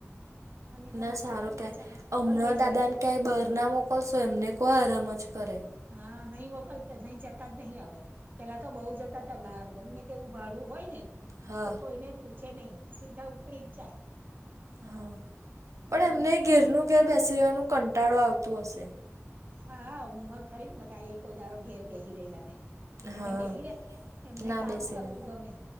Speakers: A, on the right (about 40°); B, on the right (about 85°).
A: અને તમારો
B: ના સારું
A: છોકરો
B: કે.
A: બિચારો
B: હમણાં
A: હલવાઈ
B: દાદાને
A: જાત
B: ક્યાંય બહર ના મોકલશો, એમને કહો આરામ જ કરે.
A: હા. નહીં મોકલતા, નહીં જતા જ નહીં હવે. પહેલા તો બહુ જતા તા બહાર. ગમે તેવું ભાડું હોય ને
B: હા
A: તો કોઈને પૂછે નહીં, સીધા ઉપડી જ જાય.
B: હા પણ
A: અને
B: એમને ઘેરનું ઘેર બેસી રેવાનું કંટાળો આવતો હશે.?
A: હા ઉંમર ખરી ને બધા એ કોઈ દડો ઘેર બેહી રહેલા નહી. એટલે
B: હા
A: બેહી રે એમને
B: ના
A: કામ
B: બેસી
A: કરવું
B: રહે
A: ગમે